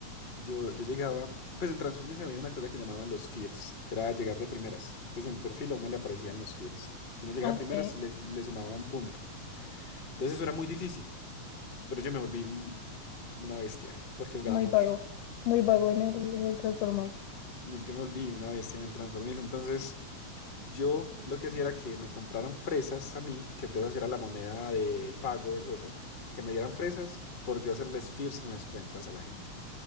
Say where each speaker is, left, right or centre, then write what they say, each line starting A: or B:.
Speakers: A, on the left; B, on the left.
A: Yo, yo llegaba, pues en Transformers había una cosa que llamaban los fears, que era llegar de primeras. Entonces en el perfil a uno le aparecían los fears. Si uno llegaba
B: Ok.
A: de primeras, le, le sumaba un punto. Entonces eso era muy difícil, pero yo me volví un- una bestia, porque jugaba
B: Muy
A: mucho.
B: vago, muy vago en el, en el Transformice.
A: No, Yo me volví una bestia en el Transformers. Entonces yo lo que hacía era que me compraran fresas a mí, que fresas era la moneda de pago del juego, que me dieran fresas por yo hacerles fears en las cuentas a la gente.